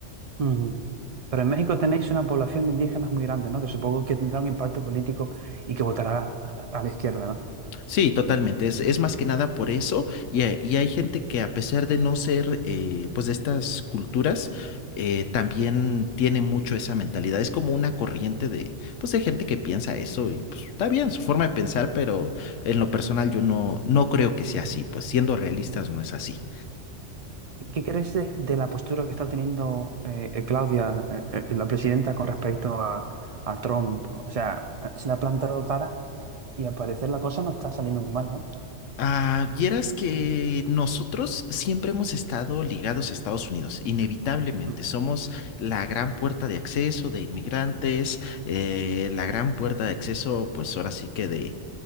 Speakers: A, on the right; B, on the left.
A: Ujú. Pero en México tenéis una población de indígenas muy grande, ¿no? Que supongo que tendrá un impacto político y que votará a a la izquierda, ¿no?
B: Sí, totalmente. Es, es más que nada por eso. Y, hay y hay gente que a pesar de no ser eh, pues de estas culturas, eh, también tiene mucho esa mentalidad. Es como una corriente de, pues, de gente que piensa eso y pues está bien su forma de pensar, pero en lo personal yo no, no creo que sea así. Pues siendo realistas no es así.
A: ¿Qué crees de, de la postura que está teniendo eh, eh, Claudia, eh, eh, la presidenta, con respecto a, a Trump? O sea, eh, se le ha plantado cara y al parecer la cosa no está saliendo muy mal, ¿no?
B: Ah, vieras que nosotros siempre hemos estado ligados a Estados Unidos, inevitablemente.
A: Mm,
B: Somos la gran puerta de acceso de inmigrantes, eh, la gran puerta de acceso, pues ahora sí que de,